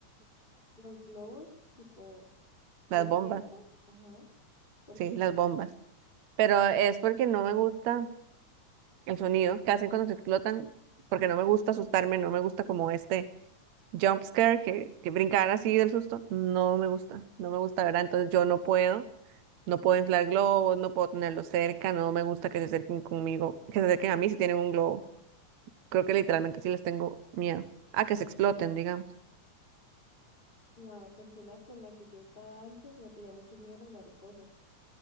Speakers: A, on the left (about 15°); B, on the right (about 70°).
A: los globos, tipo, de
B: las bombas,
A: fiesta, ajá, ¿por
B: sí,
A: qué
B: las bombas. Pero es porque no me gusta el sonido que hacen cuando se explotan, porque no me gusta asustarme, no me gusta como este jump scare que, que brincar así del susto. No me gusta, no me gusta, ¿verdad? Entonces yo no puedo, no puedo inflar globos, no puedo tenerlos cerca, no me gusta que se acerquen conmigo, que se acerquen a mí si tienen un globo. Creo que literalmente sí les tengo miedo. A que se exploten, digamos.
A: la persona con la que yo estaba antes le tenía mucho miedo a las mariposas.